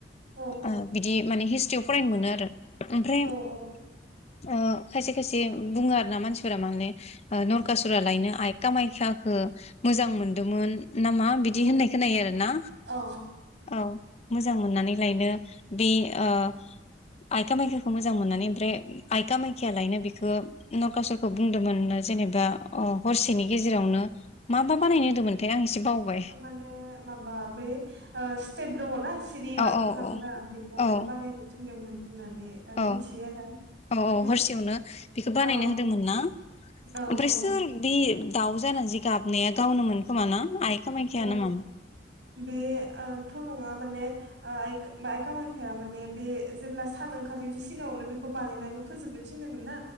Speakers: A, on the right (about 80°); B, on the left (about 35°).
A: औ
B: ओ बिदि माने हिस्ट्रियाव फरायनो मोनो आरो ओमफ्राय ओ
A: औ
B: खायसे खायसे बुङो आरो ना मानसिफोरा माने ओ नरखासुरा लायनो आइ कामाख्याखो मोजां मोनदोंमोन नामा बिदि
A: औ
B: होननाय खोनायो आरोना
A: औ
B: औ मोजां मोननानै लायनो बे ओ आइ कामाख्याखौ मोजां मोननानै ओमफ्राय आइ कामाख्या लायनो बेखौ नरकासुरखौ बुंदोंमोननो जेनेबा हरसेनि गेजेरावनो माबा बानायनो होदोंमोनथाय आं एसे बावबाय
A: माने माबा बे ओ स्टेप दङना सिरि
B: औ
A: गाखोलांग्रा
B: औ औ
A: बेखौ माने
B: औ
A: बानायनो थिनदोंमोन। होननानै ओ
B: औ
A: मिथियो आरो
B: औ
A: ओमफ्राय
B: औ हरसेयावनो बेखौ बानायनो
A: औ
B: होदोंमोन ना।
A: औ
B: ओमफ्राय
A: औ
B: सोर बे दाउ जानानै जि गाबनाया गावनो मोनखोमाना आइ कामाख्या
A: ओ
B: ना मामोन
A: बेथ' नङा माने ओ आइ कामाख्याया ‌ माने बे जेब्ला सान ओंखारिनि सिगाङावनो बेखौ बानायनानै फोबनो थिनदोंमोनना